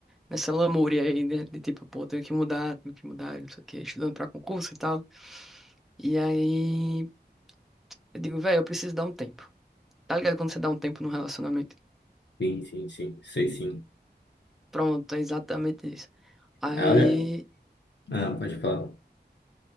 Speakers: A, in the centre; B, on the left.
A: nessa lamúria aí, né? De tipo, pô, tenho que mudar, tenho que mudar, não sei o quê, estudando pra concurso e tal. E aí, Eu digo, velho, eu preciso dar um tempo. Tá ligado quando você dá um tempo num relacionamento?
B: Sim, sim, sim. Sei sim.
A: Pronto, é exatamente isso. Aí,
B: Ah, Olha. Ah, pode falar.